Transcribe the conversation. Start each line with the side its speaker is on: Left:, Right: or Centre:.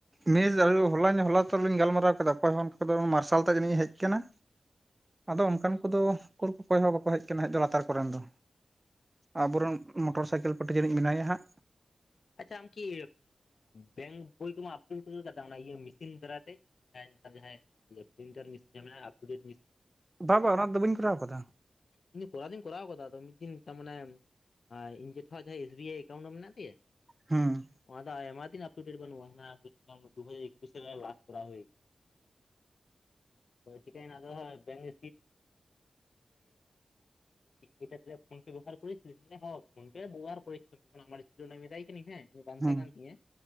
Right: ᱢᱮᱥ ᱫᱚ ᱦᱚᱞᱟ ᱦᱚᱞᱟ ᱛᱚᱞᱚᱧ ᱜᱟᱞᱢᱟᱨᱟᱣ ᱠᱮᱫᱟ ᱚᱠᱚᱭ ᱦᱚᱸ ᱫᱚ ᱢᱟᱨᱥᱟᱞ ᱛᱮ ᱡᱟᱹᱱᱤᱡ ᱤᱧ ᱦᱮᱡ ᱠᱟᱱᱟ
Left: <inaudible>
Right: ᱟᱫᱚ ᱚᱱᱠᱟᱱ ᱠᱚᱫᱚ ᱩᱠᱩᱨ ᱦᱚᱸ ᱵᱟᱠᱚ ᱦᱮᱡ ᱟᱠᱟᱱᱟ ᱞᱟᱛᱟᱨ ᱠᱚᱨᱮᱱ ᱫᱚ ᱟᱵᱚᱨᱮᱱ ᱢᱚᱴᱚᱨ ᱥᱟᱭᱠᱮᱞ ᱯᱟᱴᱤ ᱡᱟᱹᱱᱤᱡ ᱢᱮᱱᱟᱭᱟ ᱦᱟᱸᱜ
Left: ᱟᱪᱪᱷᱟ ᱟᱢᱠᱤ ᱵᱮᱝᱠ ᱵᱭ ᱠᱚᱢᱟ ᱟᱫᱩᱞ ᱠᱟᱫᱟ ᱤᱭᱟᱹ ᱢᱮᱥᱤᱱ ᱫᱟᱨᱟᱭᱛᱮ ᱡᱟᱦᱟᱸ ᱱᱮᱛᱟᱨ ᱡᱟᱦᱟᱸ ᱡᱟᱦᱟᱸ ᱴᱤᱱ
Right: ᱵᱟ ᱵᱟᱝ ᱚᱱᱟ ᱫᱚ ᱵᱟᱹᱧ ᱠᱚᱨᱟᱣ ᱟᱠᱟᱫᱟ
Left: ᱤᱧ ᱠᱚᱨᱟᱣ ᱫᱧ ᱠᱚᱨᱟᱣ ᱟᱠᱟᱫᱟ ᱟᱫᱚ ᱢᱤᱫ ᱫᱤᱱ ᱛᱟᱢᱟᱱᱮ ᱟᱨ ᱤᱧ ᱡᱮᱴᱮᱡ ᱡᱟᱦᱟᱸ ᱮᱥ ᱵᱤ ᱟᱭ ᱮᱠᱟᱩᱱᱴ ᱨᱮ ᱢᱮᱱᱟᱜ ᱛᱟᱣᱟ
Right: ᱦᱮᱸ
Left: ᱚᱱᱟ ᱫᱚ ᱟᱭᱢᱟ ᱫᱤᱱ ᱟᱯ ᱴᱩ ᱰᱮᱴ ᱵᱟᱹᱱᱩᱜ ᱫᱩ ᱦᱟᱡᱟᱨ ᱫᱩ ᱦᱟᱡᱟᱨᱟ ᱮᱠᱩᱥ ᱨᱮ ᱠᱟᱨᱟᱳ ᱦᱩᱣ ᱟᱠᱟᱱᱟ ᱟᱫᱚ ᱪᱟᱹᱭᱫᱚ ᱪᱟᱞᱟᱜᱟᱭ ᱤ ᱮᱴ ᱯᱷᱱ ᱯᱮ ᱵᱮᱵᱚᱦᱟᱨ ᱢᱟᱱᱮ ᱦᱚᱸ ᱯᱷᱱ ᱯᱮ ᱵᱮᱵᱚᱦᱟᱨ ᱡᱠᱷᱚᱱᱟᱨ ᱪᱤᱞᱢ ᱛᱟᱭ ᱦᱮᱸ ᱤᱧ ᱵᱟᱝ
Right: ᱦᱩᱸ
Left: ᱛᱟᱦᱮᱸ ᱠᱟᱱ ᱛᱤᱧᱟᱹ